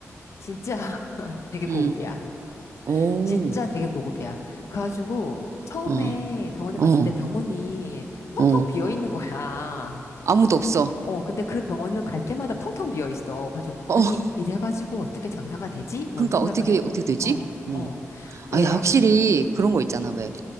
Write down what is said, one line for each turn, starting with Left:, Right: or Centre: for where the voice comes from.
Left: 진짜 되게
Right: 음,
Left: 고급이야.
Right: 오,
Left: 진짜 되게 고급이야. 그래가지고 처음에
Right: 어,
Left: 병원에 갔을
Right: 어,
Left: 때 병원이 텅텅
Right: 어,
Left: 비어 있는 거야.
Right: 아무도 없어.
Left: 어, 근데 그 병원은 갈 때마다 텅텅 비어 있어. 그래가지고
Right: 어,
Left: 아니
Right: <laughs>
Left: 이래가지고 어떻게 장사가 되지? 뭐
Right: 그러니까
Left: 이 생각을
Right: 어떻게,
Left: 해서
Right: 어떻게 되지?
Left: 어,
Right: 음,
Left: 어,
Right: 아,
Left: 왜?
Right: 확실히 그런 거 있잖아, 왜.